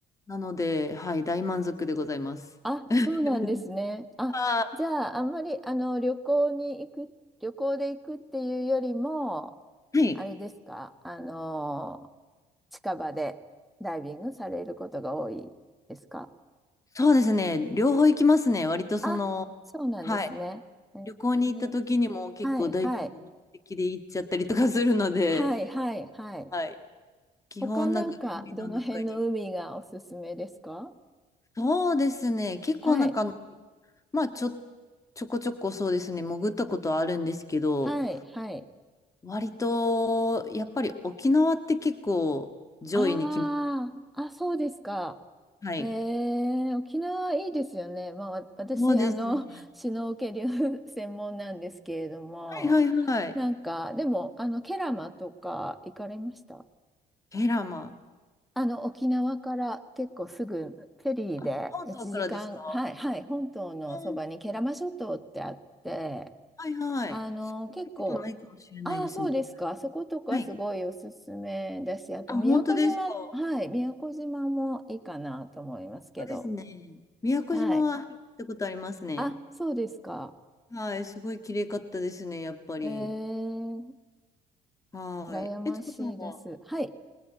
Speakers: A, on the left; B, in the centre.
A: なので、はい、大満足でございます。
B: あ、そうなんですね。
A: <laughs>
B: あ、
A: あ
B: じゃああんまりあの旅行に行く、旅行で行くっていうよりも、
A: ーはい。
B: あれですかあの、近場でダイビングされることが多いですか
A: そうですね。両方行きますね。割とその、
B: あ、そうなんですね。
A: はい。
B: えー
A: 旅行に行った時にも結構ダイビング目的で行っちゃったりとかするので、
B: はい、はい、はい、はい、はい。
A: はい。基本なんか海の中に。
B: 他なんか、どの辺の海がおすすめですか
A: そうですね。結構なんかあの、
B: はい。
A: まあちょ、ちょこちょこそうですね。潜ったことはあるんですけど、
B: はい。はい。
A: 割とやっぱり沖縄って結構上位に来ます。
B: ああ、あ、そうですか。
A: はい。
B: えー、沖縄いいですよね。まあ、わ私、
A: そうですね。
B: あの、<laughs> シュノーケリング <laughs> 専門なんですけれども、
A: はいはいはい。
B: なんか、でも、あの、ケラマとか行かれました
A: ペラマ。
B: あの、沖縄から結構すぐフェリーで1時間、
A: あ、本島からですか
B: はい、はい、本島のそばにケラマ諸島ってあって、
A: うん、はいはい。
B: あの、
A: そういったことないかもしれないですね。
B: 結構、ああ、そうですか。そことかすごいおすすめだし、
A: はい。
B: あと宮古島、
A: あ、本当ですか。
B: はい、宮古島もいいかなと思いますけど。
A: そうですね。宮古島ははい行ったことありますね。
B: はい。あ、そうですか。
A: はい、すごい綺麗かったですね、やっぱり。
B: えー、
A: はい。
B: 羨ましいです。
A: えつこさんは
B: はい。